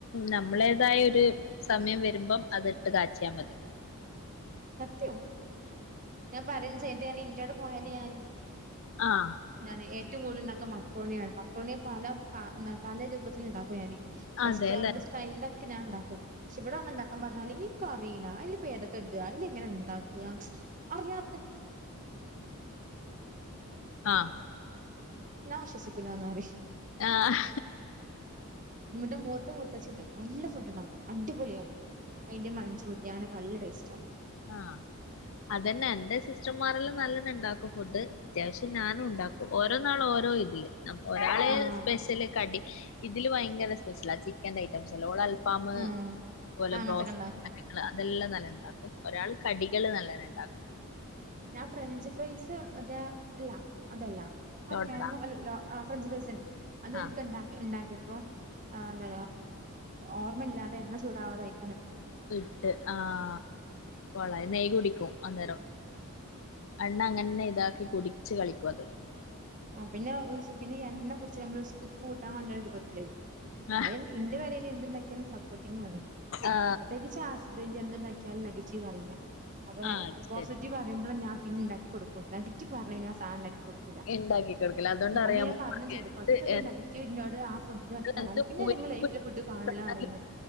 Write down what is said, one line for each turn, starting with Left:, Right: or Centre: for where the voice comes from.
Left: നമ്മളേതായരു സമയം വരുമ്പം അത് ഇട്ട് കാച്ചിയാ മതി.
Right: സത്യം ഞാൻ പറയും <unintelligible> ഇന്റോടെ പോയാല്
Left: ആഹ്
Right: ഞാന് ഏറ്റവും കൂടുതൽ ഉണ്ടാക്കും മക്കരോണിയാണ് മക്കരോണിയെ പല പ പല രൂപത്തിൽ ഉണ്ടാക്കും ഞാന്. റെസ്റ്റോറന്റ്
Left: അതെല്ലേ
Right: സ്റ്റൈലൊക്കെ ഞാൻ ഉണ്ടാക്കും. പക്ഷെ ഇവിടെ ഒന്ന് ഇണ്ടാക്കാൻ പറഞ്ഞാല അറിയില്ല അതിലിപ്പോ ഏതൊക്കെ ഇടുക അതില് എങ്ങനെ ഉണ്ടാക്കുക <unintelligible> ഞാൻ
Left: ആഹ്
Right: വിശ്വസിക്കൂലാന്ന് പറയും.
Left: ആഹ്
Right: <unintelligible> നല്ല ഫുഡ് ഉണ്ടാക്കും അടിപൊളിയാണ് അതിന്റെ മഞ്ചൂരിയാന നല്ല ടേസ്റ്റ്ണ്.
Left: ആ അതന്നെ എന്റെ സിസ്റ്റർമാരെല്ലാം നല്ലണ് ഉണ്ടാക്കും. ഫുഡ് അത്യാവശ്യം ഞാനും ഉണ്ടാക്കും ഓരോ നാൾ ഓരോ ഇതില് ഒരാളെ
Right: ആഹ്
Left: സ്പെഷ്യല് കടി ഇതില് ഭയങ്കര സ്പെഷ്യൽ ആ ചിക്കന്റെ ഐറ്റംസ് അല്ല അൽഫാം അതുപോലെ
Right: ഉം അങ്ങനത്തൊക്കെ
Left: ബ്രോസ്റ്റ്
Right: ഇണ്ടാക്കും.
Left: കാര്യങ്ങള് അതെല്ലാം നല്ല ഉണ്ടാക്കും. ഒരാള് കടികള് നല്ലത് ഇണ്ടാക്കും.
Right: ഞാൻ ഫ്രഞ്ച് ഫ്രൈസ് അതേ അല്ല അതല്ല ആ
Left: ലോഡഡാ
Right: ആ ഫ്രഞ്ച് ഫ്രൈസ് തന്നെ
Left: ആ
Right: അത്ക്ക്ണ്ട ഉണ്ടാക്കി. അപ്പ എന്ത ഓർമ്മയില്ലാതെ എണ്ണ ചൂടാവാതായി.
Left: വിട്ട് ആഹ് പോള നെയ് കുടിക്കും. അന്നേരം. എണ്ണ അങ്ങനന്നെ ഇതാക്കി കുടിച്ചു കളിക്കും അത്.
Right: ആ പിന്നെ ഒരുസം പിന്ന എണ്ണ പൊടിച്ച നമ്മ കുക്ക് കൂട്ടാൻ കൊണ്ടപത്തില്ലേ.
Left: ആ
Right: അരും ഇന്റെ വരൽ എന്ണ്ടാക്കിയാലും സപ്പോർട്ടിംഗ ആണ്
Left: ആ
Right: പ്രത്യേകിച്ച് ആ ഹസ്ബൻഡ് എന്ണ്ടാക്ക നെഗറ്റീവ് അറിയില്ല അപ്പ
Left: ആ അത്
Right: പോസിറ്റീവ്
Left: ശരി
Right: അറിയുമ്പോൾ ഞാൻ പിന്നെണ്ടാക്കി കൊടുക്കൂ നെഗറ്റീവ് പറഞ്ഞു കിഞ്ഞാൽ സാധനം ഉണ്ടാക്കികൊടുക്കൂല
Left: ഉണ്ടാക്കി കൊടുക്കല അതുകൊണ്ട് അറിയാമോ
Right: അ ഞൻ പറഞ്ഞ ചെയ്ത്
Left: എന്ത്
Right: കൊറച്ചൂ
Left: എന്ത്
Right: നെഗറ്റീവ്നോട് ആ ഫുഡിനറ്റി പറഞ്ഞാല്
Left: എന്ത്
Right: പിന്നെ
Left: മൂരിനെ
Right: നി ലൈഫ ഫുഡ് കാണ
Left: പൊരിച്ചോണ്ടാലും
Right: അറിയ